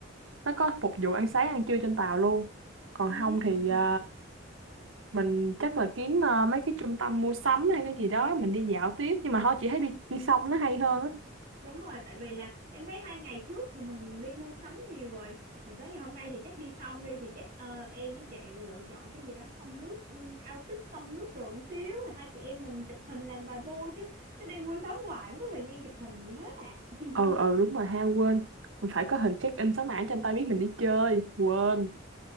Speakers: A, on the right; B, on the right.
A: nó có phục vụ ăn sáng ăn trưa trên tàu luôn còn
B: Ừm.
A: không thì ờ, mình chắc là kiếm ờ, mấy cái trung tâm mua sắm hay cái gì đó mình đi dạo tiếp nhưng mà thôi chị thấy đi đi sông nó hay hơn á
B: Đúng rồi, tại vì là em thấy hai ngày trước thì mình đi mua sắm nhiều rồi thì tới ngày hôm nay thì chắc đi xong đi thì chắc ờ, em với chị lựa chọn cái gì đó xông nước ừ, outfit xông nước đồ một xíu là hai chị em mình chụp hình làm vài bô chứ cứ đi mua sắm hoài không có thời gian chụp hình gì hết à <laughs>
A: ừ ừ đúng rồi ha quên Mình phải có hình check in số mã cho anh ta biết mình đi chơi quên